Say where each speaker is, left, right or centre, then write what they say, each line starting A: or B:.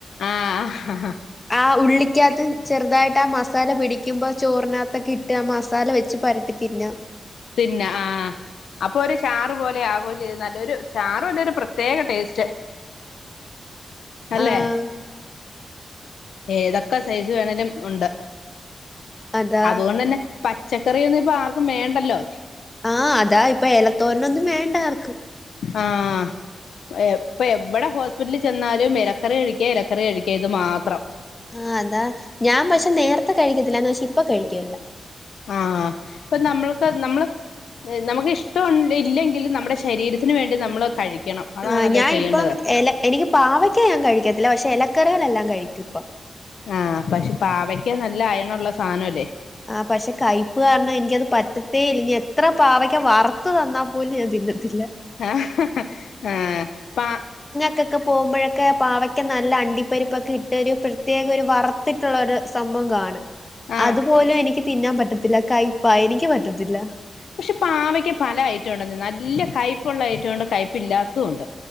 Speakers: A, on the left; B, on the left.
A: ആഹ്‌ ആഹാ
B: ആഹ്‌ ഉള്ളിക്കകത്ത് ചെറുതായിട്ട് ആ മസാല പിടിക്കുമ്പോ ചോറിനകത്തൊക്കെ ഇട്ട് ആ മസാല വെച്ച് പരട്ടി തിന്ന
A: തിന്ന ആഹ് അപ്പൊ ഒരു ചാർ പോലെ ആകുകയും ചെയ്തു നല്ലരു ചാറുവല്ല ഒരു പ്രത്യേക ടേസ്റ്റ് <inaudible> അല്ലെ
B: ആഹ്
A: ഏതൊക്കെ സൈസ് വേണെലും ഉണ്ട്
B: അതാ
A: അതുകൊണ്ട തന്നെ പച്ചക്കറിയൊന്നും ഇപ്പൊ ആർക്കും വേണ്ടല്ലോ
B: ആഹ്‌ അതാ ഇപ്പൊ ഇലത്തോരനൊന്നും വേണ്ട ആർക്കും
A: ആഹ്‌ ഇപ്പൊ എവിടെ ഹോസ്പിറ്റലിൽ ചെന്നാലും ഇലക്കറി കഴിക്കാ ഇലക്കറി കഴിക്കാ ഇത് മാത്രം
B: ആഹ്‌ അതാ ഞാൻ പക്ഷെ നേരത്തെ കഴിക്കത്തില്ലന്ന് പക്ഷെ ഇപ്പ കഴിക്കൂ
A: ആഹ്‌ ഇപ്പൊ നമ്മൾക്ക് നമ്മള് നമുക്ക് ഇഷ്ടം ഇല്ലെങ്കിലും നമ്മുടെ ശരീരത്തിനന് വേണ്ടി നമ്മൾ കഴിക്കണം അതാണല്ലോ
B: ആ ഞാന
A: ചെയ്യേണ്ടത്
B: ഇപ്പം എല എനിക്ക് പാവക്ക ഞാൻ കഴിക്കത്തില്ല പക്ഷെ ഇലക്കറികളെല്ലാം കഴിക്കും ഇപ്പൊ
A: ആഹ്‌ പക്ഷെ പാവക്ക നല്ല അയണള്ള സാധനംല്ലേ
B: ആഹ് പക്ഷെ കൈയ്‌പ്പ് കാരണം എനിക്കത് പറ്റത്തേല്ല ഇനി എ ഇത്ര പാവയ്ക്ക വറത്തു തന്നാ പോലും ഞാൻ തിന്നത്തില്ല
A: ആഹ് ആഹ് പ
B: ഒക്കെ പോകുമ്പോഴൊക്കെ പാവക്ക നല്ല അണ്ടിപ്പരിപ്പൊക്കെ ഏറ്റയൊരു ഒരു പ്രത്യേക ഒരു വറ വർത്തിട്ടുള്ളൊരു സംഭവംകാണും
A: ആഹ്
B: അതുപോലും എനിക്ക് തിന്നാൻ പറ്റത്തില്ല കൈപ്പാ എനിക്ക് പറ്റത്തില്ല
A: പക്ഷെ പാവയ്ക്ക് പല ഐറ്റം ഉണ്ട നല്ല കയ്പ്പുള്ള ഐറ്റം ഉണ്ട് കയ്പ്പ ഇില്ലാത്തതും ഉണ്ട്